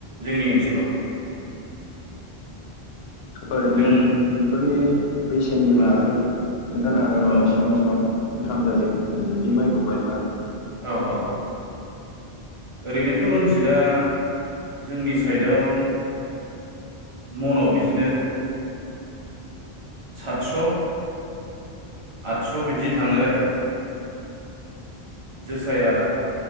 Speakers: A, on the right; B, on the left.
A: जोंनि ओनसोलाव
B: ओरैनो
A: जों
B: बेफोरनि बेसेननि बाहागै
A: औ
B: खोन्थानो हागोन नामा
A: औ
B: बेसेबां बेसेबां इनकाम जायो बे माइखौ बायबा
A: औ औ ओरैनोथ' रनजितआ जोंनि साइडआव मनाव बिदिनो सातस' आठस' बिदि थाङो आरो जोसाया